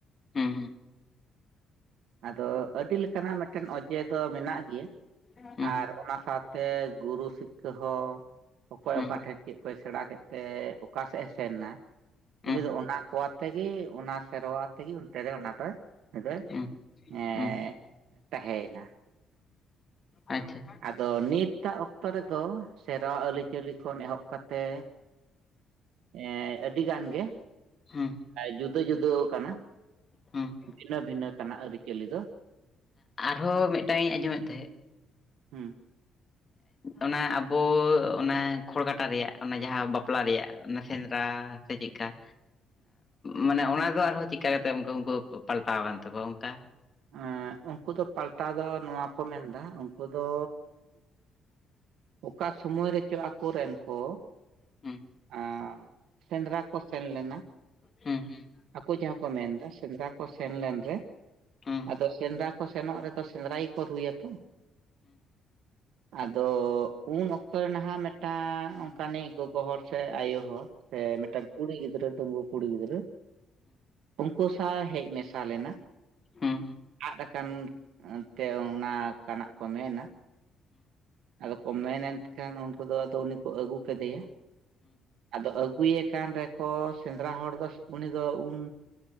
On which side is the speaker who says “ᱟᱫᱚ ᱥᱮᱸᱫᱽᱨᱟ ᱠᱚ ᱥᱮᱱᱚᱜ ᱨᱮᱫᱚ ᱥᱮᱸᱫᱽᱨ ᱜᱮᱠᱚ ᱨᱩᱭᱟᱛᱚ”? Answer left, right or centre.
Right